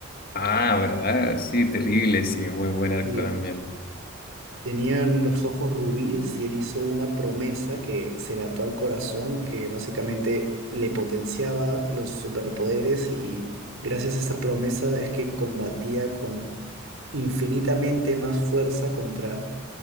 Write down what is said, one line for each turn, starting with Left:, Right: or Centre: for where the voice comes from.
Left: Ah, ¿verdad? Sí, terrible, sí, muy buen arco
Right: Y
Left: también.
Right: tenían los ojos rubíes y él hizo una promesa que se le ató al corazón, que básicamente le potenciaba los superpoderes y gracias a esa promesa es que combatía con infinitamente más fuerza contra,